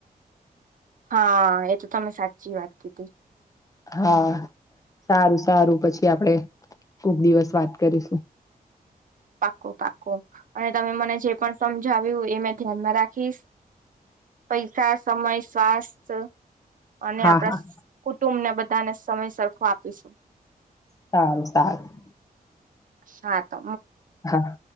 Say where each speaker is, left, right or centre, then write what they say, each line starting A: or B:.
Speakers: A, on the right; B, on the left.
A: હા એ તો તમે સાચી વાત કીધી
B: હા સારું સારું પછી આપડે ખુબ દિવસ વાત કરીશું
A: પાકો પાકો અને તમે મને જે પણ સમજાયુ એ ધ્યાનમાં રાખીશ પૈસા સમય સ્વાસ્થ અને
B: હા
A: આપણા
B: હા
A: કુટુંબને બધાને સમય સરખો આપીશું
B: સારું સારું
A: હા તો
B: હા